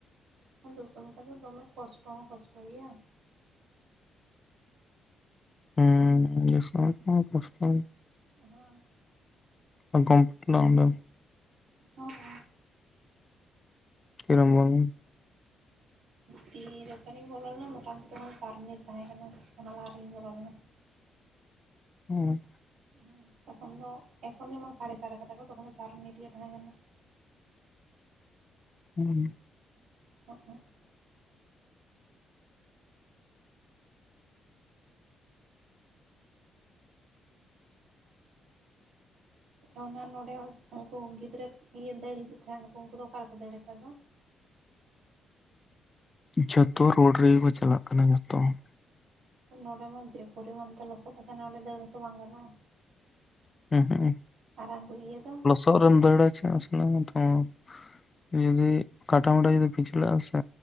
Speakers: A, on the right; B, on the left.
A: ᱫᱩᱥᱚ <unintelligible> ᱫᱚᱢᱮ ᱠᱚᱥᱴᱚ ᱦᱚᱸ ᱠᱚᱥᱴᱚ ᱜᱮᱭᱟ ᱾
B: ᱦᱩᱸ ᱫᱩᱥᱚ <unintelligible> ᱫᱚ ᱠᱚᱥᱴᱚ
A: <unintelligible>
B: <unintelligible> ᱚᱸᱰᱮᱢ
A: <unintelligible>
B: ᱛᱤᱨᱮᱢ ᱵᱚᱞᱚᱱ
A: ᱛᱤ ᱨᱮᱛᱚ ᱞᱤᱧ ᱵᱚᱞᱚ ᱞᱮᱱᱟ ᱢᱚᱴᱟ-ᱢᱚᱴᱤ ᱛᱚᱠᱷᱚᱱ ᱵᱟᱨ ᱢᱤᱱᱤᱴ ᱛᱟᱦᱮᱸ ᱠᱟᱱᱟ ᱚᱱᱟ ᱞᱟᱦᱟ ᱨᱮᱜᱤᱧ ᱵᱚᱞᱚ ᱞᱮᱱᱟ ᱾
B: ᱦᱮᱸ
A: ᱦᱮ ᱛᱚᱠᱷᱚᱱ ᱫᱚ, ᱮᱠᱷᱚᱱ ᱡᱮᱢᱚᱱ ᱥᱟᱲᱮ ᱪᱟᱨ ᱠᱟᱫᱟ ᱠᱚ ᱛᱚᱠᱷᱚᱱ ᱫᱚ ᱪᱟᱨ ᱢᱤᱱᱤᱴ ᱜᱮ ᱛᱟᱦᱮᱸ ᱠᱟᱱᱟ ᱾
B: ᱦᱩᱸ
A: <unintelligible> ᱚᱱᱟ ᱱᱚᱸᱰᱮ ᱩᱱᱠᱩ ᱜᱤᱫᱽᱨᱟᱹ ᱤᱭᱟᱹ ᱫᱟᱹᱲ ᱦᱤᱡᱩᱜ ᱛᱟᱦᱮᱸᱱᱟᱠᱚ ᱩᱱᱠᱩ ᱫᱚ ᱚᱠᱟ ᱨᱮᱠᱚ ᱫᱟᱹᱲ ᱮᱫᱟ ᱫᱚ?
B: ᱡᱚᱛᱚ ᱨᱚᱰ ᱨᱮᱜᱮ ᱠᱚ ᱪᱟᱞᱟᱜ ᱠᱟᱱᱟ ᱡᱚᱛᱚ ᱾
A: ᱱᱚᱸᱰᱮ ᱢᱟ ᱡᱮ ᱯᱚᱨᱤᱢᱟᱱ ᱛᱮ ᱞᱚᱥᱚᱫ ᱟᱠᱟᱱᱟ ᱱᱚᱸᱰᱮ ᱫᱟᱹᱲ ᱦᱚᱸᱛᱚ ᱵᱟᱝ ᱜᱟᱱᱚᱜᱼᱟ
B: <unintelligible>
A: ᱟᱨᱟᱝ ᱠᱚ ᱤᱭᱟᱹ ᱫᱚ
B: <unintelligible> ᱨᱮᱢ ᱫᱟᱹᱲᱟ ᱪᱟᱱᱥ <unintelligible> ᱛᱟᱢᱟ ᱡᱩᱫᱤ ᱠᱟᱴᱟ ᱢᱟᱴᱟ ᱡᱩᱫᱤ ᱯᱤᱪᱞᱟᱹᱜᱼᱟ ᱥᱮ